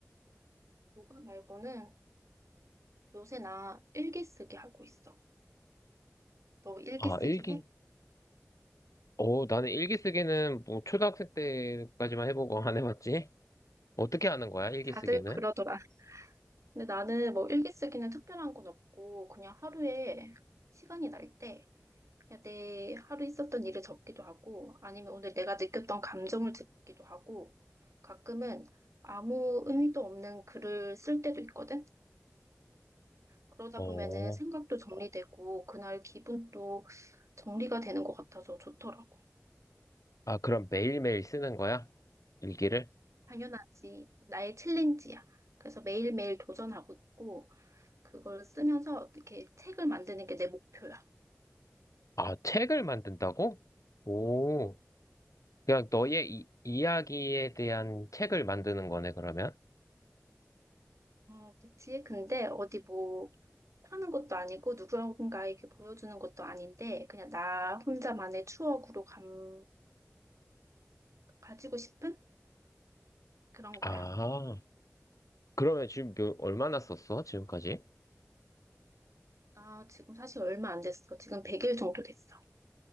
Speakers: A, on the right; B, on the left.
A: 요가 말고는 요새 나 일기 쓰기 하고 있어. 너 일기
B: 아,
A: 쓰기
B: 일기.
A: 해?
B: 어, 나는 일기 쓰기는 뭐 초등학생 때까지만 해보고 안 해봤지? 어떻게 하는 거야, 일기
A: 다들
B: 쓰기는?
A: 그러더라. 근데 나는 뭐 일기 쓰기는 특별한 건 없고, 그냥 하루에 시간이 날 때, 그냥 내 하루 있었던 일을 적기도 하고, 아니면 오늘 내가 느꼈던 감정을 적기도 하고, 가끔은 아무 의미도 없는 글을 쓸 때도 있거든? 그러다
B: 어,
A: 보면은 생각도 정리되고, 그날 기분도 정리가 되는 것 같아서 좋더라고.
B: 아, 그럼 매일매일 쓰는 거야? 일기를?
A: 당연하지. 나의 챌린지야. 그래서 매일매일 도전하고 있고, 그걸 쓰면서 어떻게 책을 만드는 게 내 목표야.
B: 아, 책을 만든다고? 오, 그냥 너의 이, 이야기에 대한 책을 만드는 거네, 그러면?
A: 음, 그치? 근데 어디 뭐, 파는 것도 아니고 누군가에게 보여주는 것도 아닌데 그냥 나 혼자만의 추억으로 감, 가지고 싶은 그런
B: 아.
A: 거야.
B: 그러면 지금 몇, 얼마나 썼어? 지금까지?
A: 아, 지금 사실 얼마 안 됐어. 지금 100일 정도 됐어.